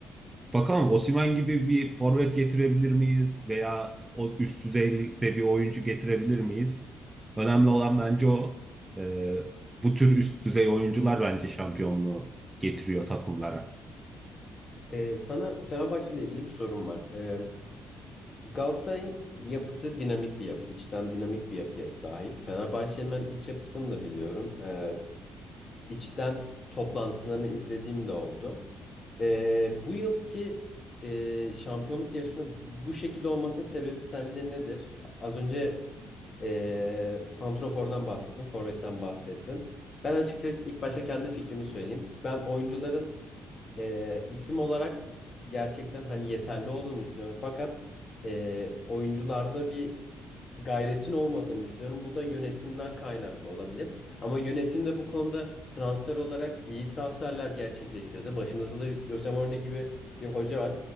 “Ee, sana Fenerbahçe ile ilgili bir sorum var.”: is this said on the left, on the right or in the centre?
Left